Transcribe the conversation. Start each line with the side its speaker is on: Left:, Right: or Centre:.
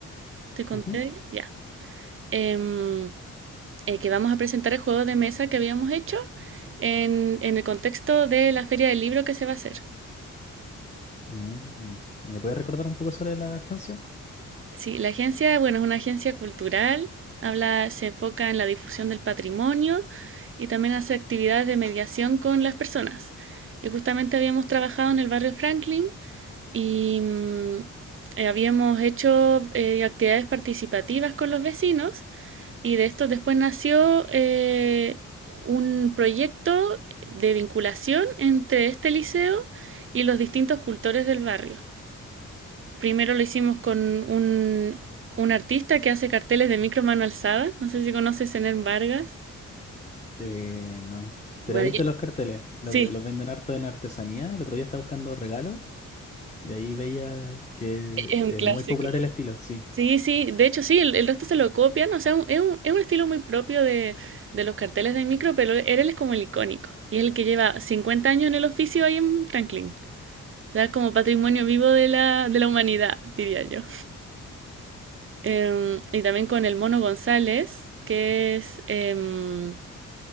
Right: te conté
Left: Ujú.
Right: ya, Ya. Em, eh, que vamos a presentar el juego de mesa que habíamos hecho en, en el contexto de la feria del libro que se va a hacer.
Left: Mm. ¿Me puedes recordar un poco sobre la agencia?
Right: Sí, la agencia, bueno, es una agencia cultural, habla, se enfoca en la difusión del patrimonio y también hace actividades de mediación con las personas. Y justamente habíamos trabajado en el barrio Franklin y mm, eh, habíamos hecho eh, actividades participativas con los vecinos y de esto después nació eh, un proyecto de vinculación entre este liceo y los distintos cultores del barrio. Primero lo hicimos con un, un artista que hace carteles de micro mano alzada, no sé si conoces Zenén Vargas.
Left: Eh, no. Pero
Right: Bueno,
Left: viste
Right: yo-
Left: los carteles. Los,
Right: sí,
Left: ve- los venden harto en artesanía. El otro día estaba buscando regalos y ahí veía que
Right: es un
Left: es
Right: clásico.
Left: muy popular el estilo, sí.
Right: Sí, sí, de hecho sí, el, el resto se lo copian, o sea, un- es un, es un estilo muy propio de, de los carteles de micro, pero él él es como el icónico, y es el que lleva 50 años en el oficio ahí en Franklin, o sea, como patrimonio vivo de la, de la humanidad, diría yo. Em, y también con el Mono González, que es, em,